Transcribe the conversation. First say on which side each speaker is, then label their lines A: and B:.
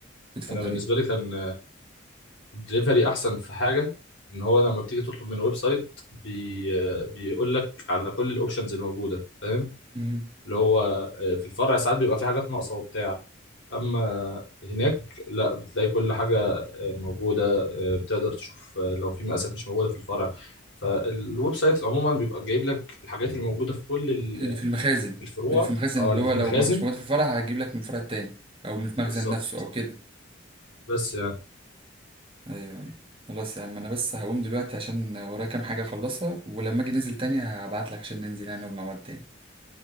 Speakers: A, on the right; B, on the left.
A: بتفضل
B: انا بالنسبه
A: ايه
B: لي كان الدليفري احسن في حاجه ان هو لما بتيجي تطلب من الويب سايت بي... بيقول لك على كل الاوبشنز الموجوده فاهم
A: مم.
B: اللي هو آه، في الفرع ساعات بيبقى في حاجات ناقصه وبتاع اما هناك لا بتلاقي كل حاجه موجوده آه، بتقدر تشوف آه، لو في مقاسات مش موجوده في الفرع فالويب سايت عموما بيبقى جايب لك الحاجات اللي موجوده في كل ال-
A: اللي في المخازن
B: الفروع
A: اللي في المخازن
B: اه
A: اللي
B: اللي
A: هو
B: في المخازن
A: لو ما كانش موجود في الفرع هجيب لك من الفرع التاني او من المخزن
B: بالظبط
A: نفسه او كده
B: بس يعني
A: ايوه ايوه خلاص يا عم انا بس هقوم دلوقتي عشان ورايا كام حاجه اخلصها ولما اجي ننزل تاني هبعت لك عشان ننزل يعني نقعد مع بعض تاني